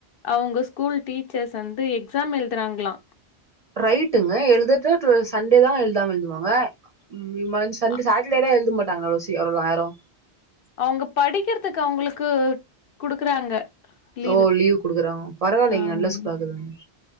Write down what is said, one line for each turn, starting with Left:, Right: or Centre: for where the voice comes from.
Left: அவுங்க ஸ்கூல் டீச்சர்ஸ் வந்து எக்ஸாம் எழுதுறாங்களா
Right: ரைட்டுங்க எழுதுட்டு டுவல் சண்டே தா எழுதாம எழுதுவாங்க ம் மன் சண்டே
Left: அ
Right: சாட்டர்டேலா எழுத மாட்டாங்கல்லா அவ்ள சீ ஆயிரோ
Left: அவுங்க படிக்கிறதுக்கு அவுங்களுக்கு குடுக்குறாங்க லீவு.
Right: ஓ லீவ் குடுக்குறாங் பரவாயில்லைங்க
Left: ஆம்.
Right: நல்ல ஸ்கூல் ஆகுதுங்க